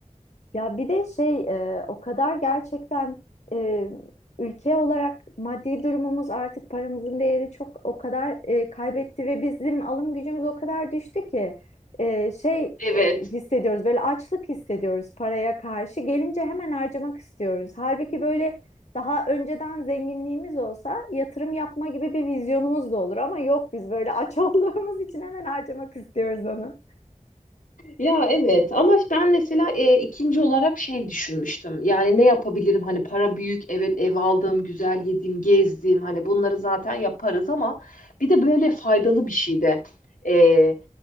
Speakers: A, on the left (about 55°); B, on the left (about 80°).
A: Ya bir de şey e, o kadar gerçekten e, ülke olarak maddi durumumuz artık paramızın değeri çok o kadar e, kaybetti ve bizim alım gücümüz o kadar düştü ki e, şey
B: Evet.
A: o, hissediyoruz böyle açlık hissediyoruz paraya karşı gelince hemen harcamak istiyoruz. Halbuki böyle daha önceden zenginliğimiz olsa yatırım yapma gibi bir vizyonumuz da olur ama yok biz böyle aç <laughs> olduğumuz için hemen harcamak istiyoruz onu.
B: Ya evet ama ben mesela e, ikinci olarak şey düşünmüştüm. Yani ne yapabilirim? Hani para büyük, evet ev aldım, güzel yedim, gezdim. Hani bunları zaten yaparız ama bir de böyle faydalı bir şey de e,